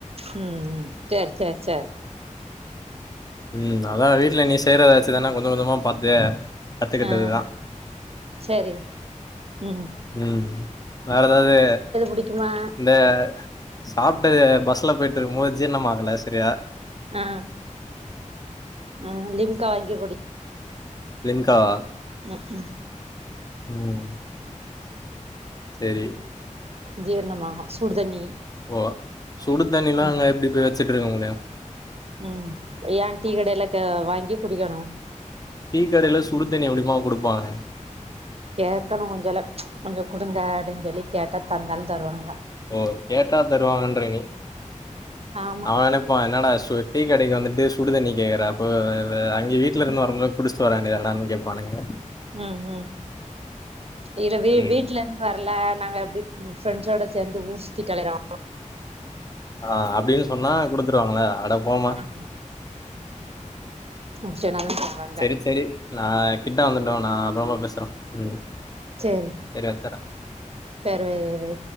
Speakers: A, on the right; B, on the left.
A: உம் உம் செரி செரி செரி
B: உம் அதா வீட்ல நீ செய்யறத வெச்சு தானா கொஞ்ச கொஞ்சமா பாத்து கத்துக்கிட்டதுதா
A: அ சரி உம்
B: உம் வேற எதாவ்து
A: புடிக்குமா
B: இந்த சாப் ஆப்ட்டது பஸ்ல போயிட்ருக்கும் போது ஜீர்ணமாகல செரியா
A: அ அ லிம்கா வாங்கி குடி
B: லிம்காவா
A: ம் ஹூ
B: ம் செரி
A: ஜீர்ணமாகு சுடுதண்ணி
B: ப சுடுதண்ணில்லா
A: ம்
B: அங்க எப்டி போய் வெ ச்சிட்ருக்க முடியு
A: ம் ஏ டீ கடையிலக்க வாங்கி குடிக்கணு
B: டீ கடையில சுடுதண்ணி எப்டிமா குடுப்பாங்க
A: கேக்கணு கொஞ்சல்லா கொஞ்சொ குடுங்க அப்டின் சொல்லி கேட்டா தந்தாலு தருவாங்க
B: ஓ கேட்டா தருவாங்கன்ற நீ
A: ஆமா
B: அவ நெனப்பா என்னடா சு டீ கடைக்கு வந்துட்டு சுடு தண்ணி கேக்கற அப்போ வ வ வ அங்கி வீட்லருந்து வரும்போதே புடிச்ட்டு வர வேண்டிதானடான் கேப்பானுங்க
A: ம் ம் இல வீ
B: ம்
A: வீட்லருந்து வர்ல நாங்க அப்டி ம் ஃப்ரெண்சோட சேந்து ஊர்சுத்திட்டு அளைறோ
B: ஆஹ் அப்டின்னு சொன்னா குடுத்துருவாங்களே அட போமா
A: ஆமா முடிச்சோனதா தருவாங்க
B: செரி செரி நா கிட்ட வந்துட்டோ நா அப்றமா பேசுற ம்
A: சரி
B: செரி வச்சர்றே
A: சரி வை வை வை